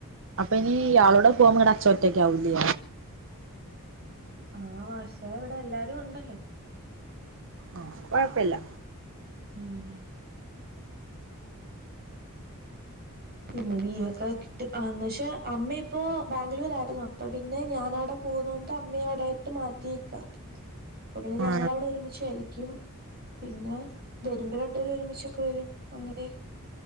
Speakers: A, on the right; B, on the right.
A: അപ്പൊ ഇനി ഇയാളൂടെ പോകുമ്പോ നിങ്ങട അച്ച ഒറ്റക്കാവൂല്ലേ
B: ആഹ് പക്ഷെ ഇവിടെ എല്ലാരും ഒണ്ടല്ലോ
A: ആഹ് കൊഴപ്പില്ല.
B: മം പിന്നെ ലീവൊക്കെ കിട്ടും ആന്ന് പക്ഷെ അമ്മ ഇപ്പോ ബാംഗ്ലൂരാരുന്നു അപ്പൊ പിന്നെ ഞാനവിടെ പോകുന്നോണ്ട് അമ്മയെ അവിടെട്ട് മാറ്റിയേക്കാ അപ്പ പിന്നെ
A: ആ
B: ഞങ്ങളവിടെ ഒരുമിച്ചാരിക്ക് ക്കും പിന്നെ വരുമ്പോ രണ്ടുപെരും ഒരുമിച്ചൊക്കെ വരും അങ്ങനെ